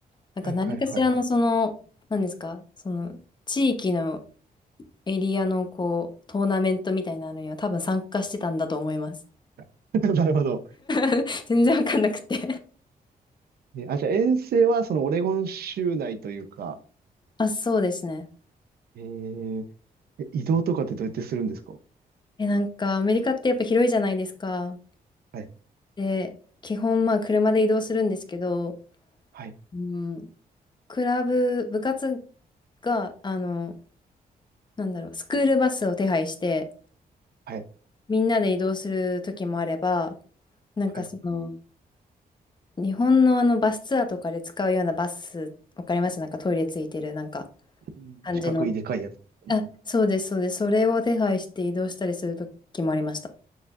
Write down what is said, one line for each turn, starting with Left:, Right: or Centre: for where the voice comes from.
Left: なんか何かしらのその、
Right: はいはいはい。
Left: 何ですか、その地域のエリアのこう、トーナメントみたいなのには多分参加してたんだと思います。
Right: <laughs> なるほど。
Left: <laughs> 全然分かんなくて。
Right: ね、あ、じゃあ遠征はそのオレゴン州内というか、
Left: あ、そうですね。
Right: えー、え移動とかってどうやってするんですか
Left: え、なんか、アメリカってやっぱ広いじゃないですか。
Right: はい、
Left: で、基本、まあ、車で移動するんですけど、
Right: はい、
Left: うん、クラブ、部活が、あの、なんだろう、スクールバスを手配して、
Right: はい、
Left: みんなで移動する時もあれば、なんかその、
Right: はい。
Left: 日本のあの、バスツアーとかで使うようなバス、わかりますなんかトイレついてる、なんか、
Right: うん。
Left: 感じの。
Right: 四角いでかいやつですね。
Left: あ、そうです、そうです。それを手配して移動したりする時もありました。